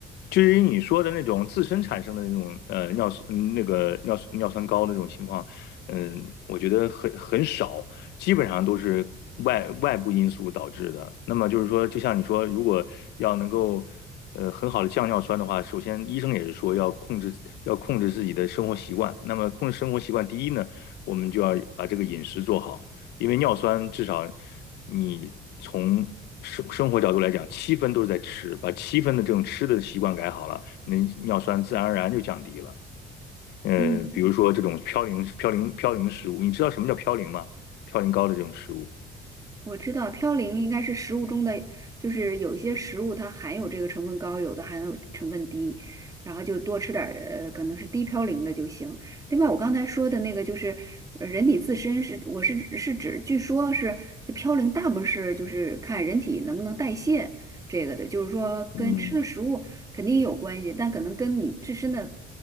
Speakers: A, on the left; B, on the right.
A: 至于你说的那种自身产生的那种呃尿酸嗯那个尿酸尿酸高的这种情况，嗯，我觉得很很少，基本上都是外外部因素导致的。那么就是说，就像你说，如果要能够呃很好的降尿酸的话，首先医生也是说要控制要控制自己的生活习惯。那么控制生活习惯，第一呢，我们就要把这个饮食做好。因为尿酸至少你从生生活角度来讲，七分都是在吃，把七分的这种吃的习惯改好了，那尿酸自然而然就降低了。嗯，
B: 嗯。
A: 比如说这种嘌呤、嘌呤、嘌呤食物，你知道什么叫嘌呤吗？嘌呤高的这种食物。
B: 我知道嘌呤应该是食物中的，就是有一些食物它含有这个成分高，有的含有成分低，然后就多吃点儿，呃，可能是低嘌呤的就行。另外，我刚才说的那个就是呃人体自身是，我是是指，据说是嘌呤大部分是就是看人体能不能代谢这个的，就是说跟吃的食物。
A: 嗯，
B: 肯定有关系，但可能跟你自身的，